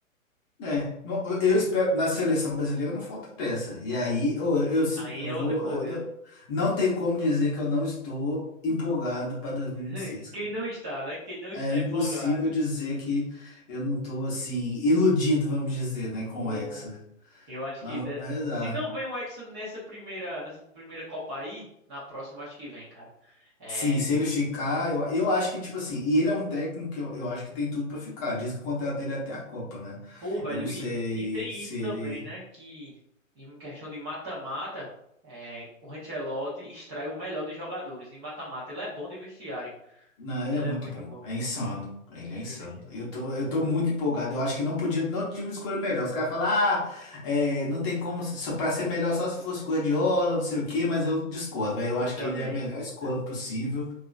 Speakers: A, on the left; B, on the right.
A: É, não, eu espero, na seleção brasileira não falta peça. E aí, eu, eu, sin-
B: Aí
A: eu
B: é
A: vou.
B: outra coisa.
A: eu não, não tem como dizer que eu não estou empolgado para dois mil
B: <laughs>
A: e e vinte e seis cara.
B: Quem não está, né? Quem não está
A: É impossível
B: empolgado.
A: dizer que eu não estou, assim, iludido, vamos dizer, né,
B: Ou
A: com o Hexa.
B: eu acho
A: Mas
B: que de-
A: vamos rezar.
B: se não vem o Hexa nessa primeira, nessa primeira Copa aí, na próxima eu acho que vem, cara. É,
A: Sim, se ele ficar, eu, eu acho que, tipo assim, e ele é um técnico que eu, eu acho que tem tudo para ficar. Diz que o contrato ele é até a Copa, né?
B: Pô, velho,
A: Eu não sei
B: e, e tem
A: se
B: isso
A: ele.
B: também, né? Que em questão de mata-mata, é, o Ancelotti extrai o melhor dos jogadores. Em mata-mata, ele é bom de vestiário.
A: Não, ele
B: Ele
A: é muito
B: é muito
A: bom.
B: bom
A: É insano. Ele é insano.
B: de vestiário.
A: Eu tô, eu tô muito empolgado. Eu acho que não podia, não tinha uma escolha melhor. Os caras falam, ah, é, não tem como, só pra ser melhor só se fosse Guardiola, não sei o quê, mas eu discordo, velho. Eu
B: Eu
A: acho
B: também,
A: que ele é a melhor
B: eu
A: escolha
B: também.
A: possível.